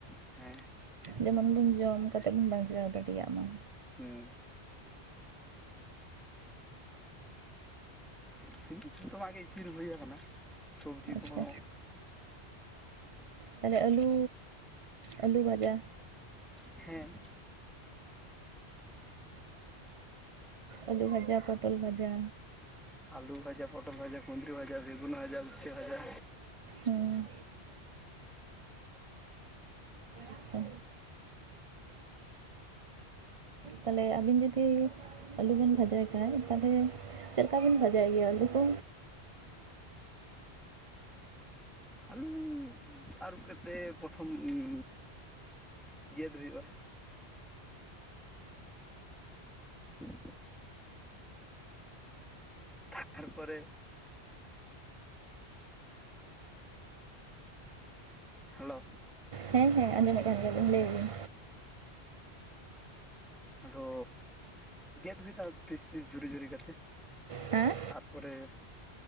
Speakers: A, in the centre; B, on the right.
A: ᱦᱮᱸ᱾
B: ᱡᱮᱢᱚᱱ ᱵᱚᱱ ᱡᱚᱢ ᱠᱟᱛᱮᱫ ᱵᱚᱱ ᱵᱟᱧᱪᱟᱣ ᱫᱟᱲᱮᱭᱟᱜ ᱢᱟ᱾
A: ᱦᱩᱸ᱾ ᱤᱥᱤᱱ ᱫᱚ ᱡᱷᱚᱛᱚᱣᱟᱜ ᱜᱮ ᱤᱥᱤᱱ ᱦᱩᱭᱟ ᱠᱟᱱᱟ, ᱥᱚᱵᱽᱡᱤ
B: ᱟᱪᱪᱷᱟ
A: ᱠᱚᱦᱚᱸ᱾
B: ᱛᱟᱦᱞᱮ ᱟᱹᱞᱩ, ᱟᱹᱞᱩ ᱵᱷᱟᱡᱟ᱾
A: ᱦᱮᱸ᱾
B: ᱟᱹᱞᱩ ᱵᱷᱟᱡᱟ, ᱯᱚᱴᱚᱞ ᱵᱷᱟᱡᱟ᱾
A: ᱟᱞᱩ ᱵᱷᱡᱟ, ᱯᱚᱴᱚᱞ ᱵᱷᱟᱡᱟ, ᱠᱩᱸᱫᱽᱩᱨᱤ ᱵᱷᱟᱡᱟ, ᱵᱮᱜᱩᱱ ᱵᱷᱡᱟ, ᱩᱪᱪᱷᱟᱹ ᱵᱷᱡᱟ᱾
B: ᱦᱮᱸ ᱟᱪᱪᱷᱟ ᱛᱟᱦᱞᱮ ᱟᱹᱵᱤᱱ ᱡᱩᱫᱤ ᱟᱹᱞᱩᱚᱵᱮᱱ ᱵᱷᱟᱡᱟᱭ ᱠᱷᱟᱡ ᱛᱟᱦᱚᱞᱮ ᱪᱮᱫᱠᱟᱵᱮᱱ ᱵᱷᱟᱡᱟᱭ ᱜᱮᱭᱟ ᱟᱹᱞᱩ ᱠᱚ
A: ᱟᱹᱞᱩ ᱟᱹᱨᱩᱵ ᱠᱟᱛᱮᱫ ᱯᱨᱚᱛᱷᱚᱢ ᱩᱸᱻ ᱜᱮᱫ ᱦᱩᱭᱩᱜᱼᱟ᱾ <inaudible> ᱛᱟᱨᱯᱚᱨᱮ ᱦᱮᱞᱳ
B: ᱦᱮᱸ ᱦᱮᱸ ᱟᱸᱚᱢᱮᱫ ᱠᱟᱱ ᱜᱮᱭᱟᱞᱤᱧ ᱞᱟᱹᱭ ᱵᱤᱱ,
A: ᱟᱫᱚ ᱜᱮᱫ ᱦᱩᱭ ᱮᱱᱟ ᱯᱤᱥ ᱯᱤᱥ ᱡᱷᱩᱨᱤ ᱡᱷᱩᱨᱤ ᱠᱟᱛᱮ,
B: ᱦᱮᱸ
A: ᱛᱟᱨᱯᱚᱨᱮ